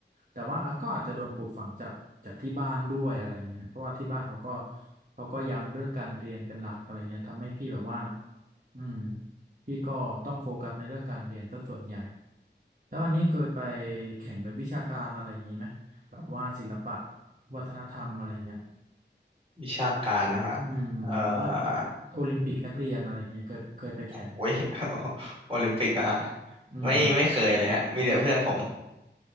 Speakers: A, on the right; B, on the right.
A: แต่ว่าอ่ะก็อาจจะโดนปลูกฝังจากจากที่บ้านด้วยอะไรเงี้ยเพราะว่าที่บ้านเขาก็เขาก็ย้ำเรื่องการเรียนเป็นหลักอะไรเงี้ยทำให้พี่แบบว่าอืมพี่ก็ต้องโฟกัสในเรื่องการเรียนซะส่วนใหญ่แล้ววันนี้เคยไปแข่งเป็นวิชาการอะไรอย่างนี้ไหมแบบว่าศิลปะวัฒนธรรมอะไรเงี้ย
B: วิชาการนะฮะเอ่
A: อืมแบบว่า
B: อ
A: โอลิมปิกนักเรียนอะไรเงี้ยเคยเคยไปแข่งไหม
B: โอ้ย <laughs> โอลิมปิกอะฮะ
A: อืม
B: ไม่ไม่เคยเลยฮะมีแต่เพื่อนผม